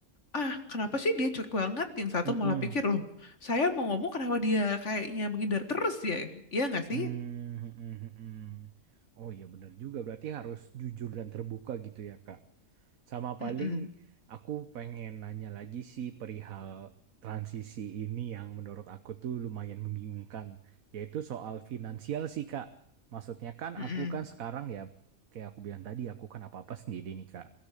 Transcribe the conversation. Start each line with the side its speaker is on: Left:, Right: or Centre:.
Left: ah kenapa sih dia cuek banget yang satu
Right: Mm-mm.
Left: malah pikir loh saya mau ngomong kenapa dia kayaknya menghindar terus ya iya nggak
Right: Hmm,
Left: sih
Right: hmm, hmm. hmm. hmm. Oh iya benar juga berarti harus jujur dan terbuka gitu ya Kak. Sama paling
Left: Mm-mm.
Right: aku pengen nanya lagi sih perihal transisi ini yang menurut aku tuh lumayan membingungkan, yaitu soal finansial sih Kak. Maksudnya kan
Left: Mm-mm.
Right: aku kan sekarang ya kayak aku bilang tadi aku kan apa-apa sendiri nih Kak.